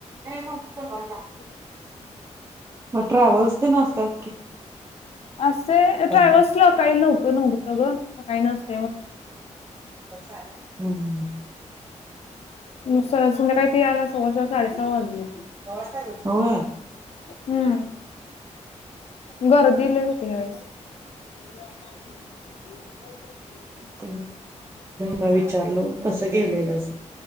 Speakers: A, on the right (about 20°); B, on the left (about 55°).
A: नाही मगोलवाज
B: <inaudible>
A: मग ट्रॅव्हल्स ते नासतात.
B: असे ट्रयव्हल्स
A: नाही.
B: ला काही न्हक नव्हतं ग स काही नसत
A: <inaudible> हम्म,
B: संध्या काही पि आला सव्वा स साडेसहा वाजली.
A: होय,
B: हम्म, <inaudible> घर दिले होते याळेस <inaudible>
A: ते म विचारलो कसं गेलेल अस